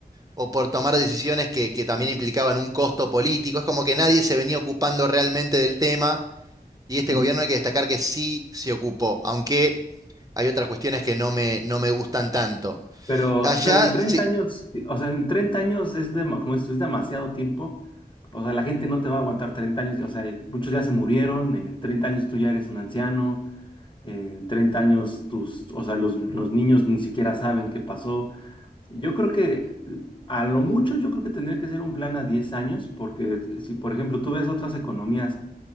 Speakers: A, on the right; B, on the left.
A: o por tomar decisiones que, que también implicaban un costo político. Es como que nadie se venía ocupando realmente del tema y este
B: ujú.
A: gobierno hay que destacar que sí se ocupó, aunque hay otras cuestiones que no me, no me gustan tanto.
B: Pero,
A: Allá,
B: pero en treinta
A: sí,
B: años, sí, o sea, en treinta años es, dema- como esto, es demasiado tiempo. O sea, la gente no te va a aguantar 30 años. O sea, muchos ya se murieron. En 30 años tú ya eres un anciano. En 30 años, tus, o sea, los, los niños ni siquiera saben qué pasó. Yo creo que eh, a lo mucho yo creo que tendría que ser un plan a 10 años, porque si, por ejemplo, tú ves otras economías